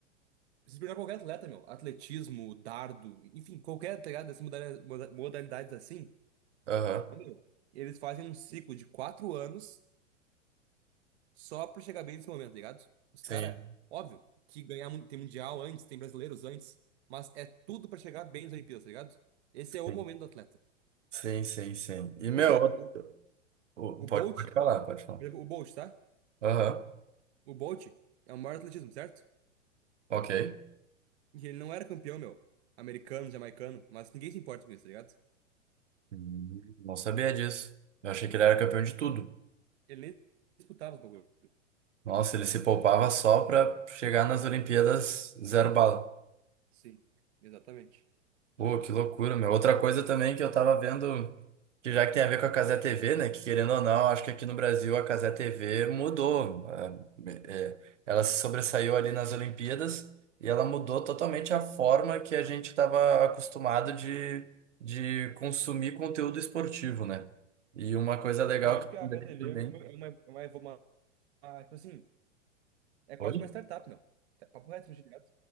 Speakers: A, on the right (about 60°); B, on the right (about 75°).
A: se você pegar qualquer atleta, meu, atletismo, dardo, enfim, qualquer, tá ligado? Dessas modali- moda- modalidades assim,
B: Aham,
A: ó, meu, eles fazem um ciclo de quatro anos só pra chegar bem nesse momento, tá ligado? Os
B: Sim,
A: caras, óbvio, que ganhar mun- tem mundial antes, tem brasileiros antes, mas é tudo pra chegar bem nas Olimpíadas, tá ligado? Esse é o
B: sim,
A: momento do atleta.
B: sim, sim, sim. E meu,
A: Tipo assim, ó,
B: outro-
A: o,
B: o-
A: o
B: pode,
A: Bolt,
B: pode falar, pode
A: por
B: falar.
A: exemplo, o Bolt, tá?
B: Aham,
A: O Bolt é o maior atletismo, certo?
B: Ok.
A: E ele não era campeão, meu. Americano, jamaicano. Mas ninguém se importa com isso, tá ligado?
B: Hum, Não sabia disso. Eu achei que ele era campeão de tudo.
A: Ele nem disputava os bagulho.
B: Nossa, ele se poupava só pra chegar nas Olimpíadas zero bala.
A: Sim, exatamente.
B: Pô, que loucura, meu. Outra coisa também que eu tava vendo, que já que tem a ver com a Cazé TV, né? Que querendo ou não, acho que aqui no Brasil a Cazé TV mudou. É, é, ela se sobressaiu ali nas Olimpíadas e ela mudou totalmente a forma que a gente estava acostumado de, de consumir conteúdo esportivo, né? E uma coisa legal
A: Eu acho
B: que eu
A: que a
B: lembrei
A: Cara TV
B: também.
A: é uma, é uma, é uma, uma- uma- tipo assim, é quase
B: Oi?
A: uma startup, meu. Tá- Papo reto, tá ligado?